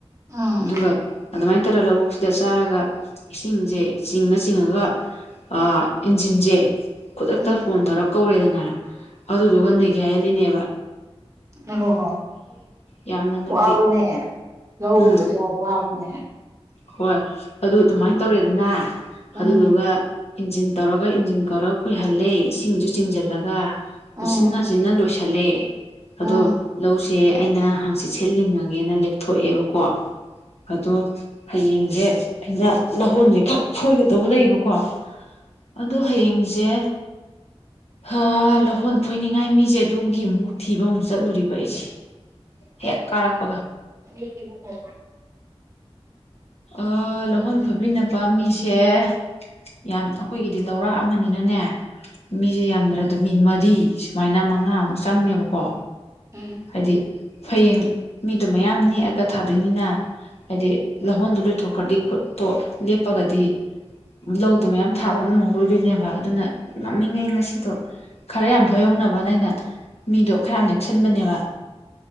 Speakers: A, on the right; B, on the left.
A: ꯎꯝ
B: ꯑꯗꯨꯒ ꯑꯗꯨꯃꯥꯏꯅ ꯇꯧꯔꯒ ꯂꯧꯕꯨꯛꯁꯤꯗ ꯆꯥꯔꯒ꯫ ꯏꯁꯤꯡꯖꯦ ꯆꯤꯡꯉ ꯆꯤꯡꯉꯒ꯫ ꯑꯥ ꯏꯟꯖꯤꯟꯖꯦ ꯈꯨꯗꯛꯇ
A: ꯎꯝ
B: ꯐꯣꯟ ꯇꯧꯔ ꯀꯧꯔꯦꯗꯅ꯫ ꯑꯗꯨꯗꯨꯒ ꯅꯩꯒꯥꯢꯍꯜꯂꯤꯅꯦꯕ
A: ꯑꯣꯣ ꯍꯣ
B: ꯌꯥꯝꯅ ꯍꯟꯗꯛꯇꯤ
A: ꯋꯥꯕꯅꯦ ꯂꯧ
B: ꯎꯝ
A: ꯎꯕꯁꯨꯦ ꯌꯥꯝ ꯋꯥꯕꯅꯦ
B: ꯍꯣꯏ ꯑꯗꯨ ꯑꯗꯨꯃꯥꯏꯅ ꯇꯧꯔꯦꯗꯅ
A: ꯎꯝ
B: ꯑꯗꯨꯗꯨꯒ ꯏꯟꯖꯤꯟ ꯇꯧꯔꯒ ꯏꯟꯖꯤꯟ ꯀꯧꯔꯒ ꯈꯣꯏꯍꯜꯂꯦ ꯏꯁꯤꯡꯁꯨ ꯆꯤꯡꯁꯤꯜꯂꯒ
A: ꯎꯝ
B: ꯄꯨꯁꯤ ꯍꯖꯤꯟꯅ ꯂꯣꯏꯁꯤꯜꯂꯦ
A: ꯎꯝ
B: ꯑꯗꯣ ꯂꯧꯁꯤꯡ ꯁꯦ ꯑꯩꯅ ꯍꯪꯆꯤꯠ ꯁꯦꯠꯂꯤꯉꯒꯦꯅ ꯂꯦꯞꯊꯣꯛꯑꯦꯕꯀꯣ ꯑꯗꯣ ꯍꯌꯦꯡꯁꯦ ꯑꯩꯅ ꯅꯍꯣꯟꯁꯦ ꯈꯔ ꯐꯣꯏꯒꯗꯧꯕ ꯂꯩꯌꯦꯕꯀꯣ ꯑꯗꯣ ꯍꯌꯦꯡꯖꯦ ꯍꯥ ꯂꯧꯍꯣꯟ ꯐꯣꯏꯅꯤꯡꯉꯥꯏ ꯃꯤꯁꯦ ꯑꯗꯨꯒꯤ ꯑꯃꯨꯛ ꯊꯤꯕ ꯑꯃꯨꯛ ꯆꯠꯂꯨꯔꯤꯕ ꯑꯩꯁꯦ꯫ ꯍꯦꯛ ꯀꯥꯔꯛꯄꯒ꯫
A: <unintelligible>
B: ꯑ ꯂꯧꯍꯣꯟ ꯐꯣꯢꯕꯤꯅꯕ ꯃꯤꯁꯦ ꯌꯥꯝ ꯑꯈꯣꯏꯒꯤꯗꯤ ꯂꯧꯔꯥꯛ ꯑꯃꯅꯤꯅꯅꯦ꯫ ꯃꯤꯁꯦ ꯌꯥꯝꯗ꯭ꯔꯗ ꯃꯤ ꯃꯔꯤ ꯁꯨꯝꯃꯥꯏꯅ ꯃꯉꯥꯃꯨꯛ ꯆꯪꯅꯦꯕꯀꯣ
A: ꯎꯝ
B: ꯍꯥꯏꯗꯤ ꯐꯌꯦꯡ ꯃꯤꯗꯣ ꯃꯌꯥꯝ ꯅꯦꯛꯑꯒ ꯊꯥꯗꯣꯏꯅꯤꯅ ꯍꯥꯏꯗꯤ ꯂꯧꯍꯣꯟꯗꯣ ꯂꯣꯏꯊꯣꯛꯈ꯭ꯔꯗꯤ ꯈꯨꯠꯇꯣ ꯂꯦꯞꯄꯒꯗꯤ ꯂꯧꯗꯣ ꯃꯌꯥꯝ ꯊꯥꯕ ꯉꯝꯍꯧꯔꯣꯏꯗꯣꯏꯅꯦꯕ ꯑꯗꯨꯅ ꯉꯝꯃꯤꯉꯩ ꯉꯁꯤꯗꯣ ꯈꯔ ꯌꯥꯝ ꯐꯌꯧꯅꯕꯅ ꯑꯩꯅ ꯃꯤꯗꯣ ꯈꯔ ꯌꯥꯝ ꯅꯦꯛꯁꯟꯕꯅꯦꯕ